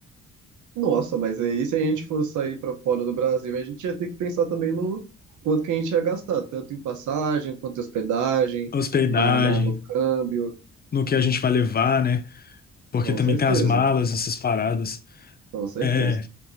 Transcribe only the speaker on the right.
Nossa, mas aí se a gente fosse sair pra fora do Brasil, a gente ia ter que pensar também no quanto que a gente ia gastar, tanto em passagem, quanto em hospedagem,
na, na, no câmbio.
Com
certeza,
com certeza.